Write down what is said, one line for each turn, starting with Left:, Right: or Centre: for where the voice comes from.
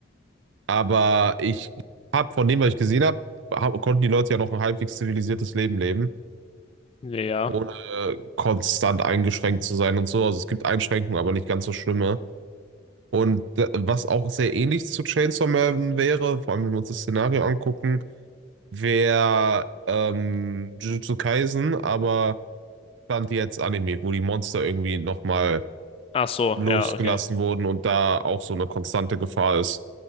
Right: aber ich habe von dem, was ich gesehen habe, hab, konnten die Leute ja noch ein halbwegs zivilisiertes Leben leben.
Left: ja.
Right: ohne konstant eingeschränkt zu sein und so. Also es gibt Einschränkungen, aber nicht ganz so schlimme. Und äh, was auch sehr ähnlich zu Chainsaw Man wäre, vor allem wenn wir uns das Szenario angucken, wäre ähm, Jujutsu Kaisen, aber stand jetzt Anime, wo die Monster irgendwie nochmal
Left: Ach so,
Right: losgelassen
Left: ja, okay.
Right: wurden und da auch so eine konstante Gefahr ist.